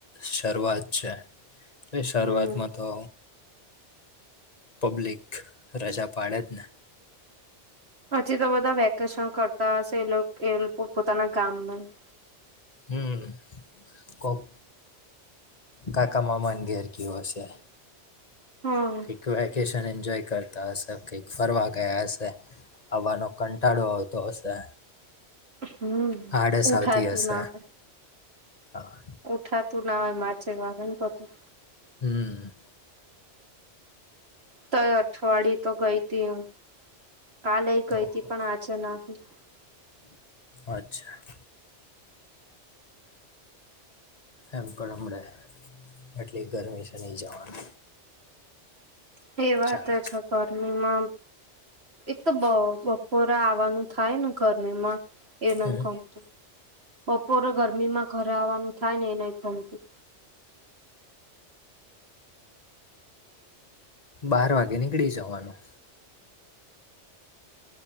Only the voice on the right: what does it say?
હમ
હજી તો બધા વેકેશન કરતા હશે એ લો એલ પોતાના ગામમાં યે.
હમ
હમ્મ
ઉઠાતું
ના હોય.
ઉઠાતું ના હોય માં <unintelligible> પાટે.
તો અઠવાડિય તો ગઈ તી હું. કાલે ગઈ
તી પણ આજે નહીં.
તે વાત
છે <unintelligible> મામા એક તો બા બપોરા આવવાનું થાય ને ગરમી માં. એનો
<unintelligible> બપોરે ગરમીમાં ઘરે આવવાનું થાય ને એ નઈ ગમતું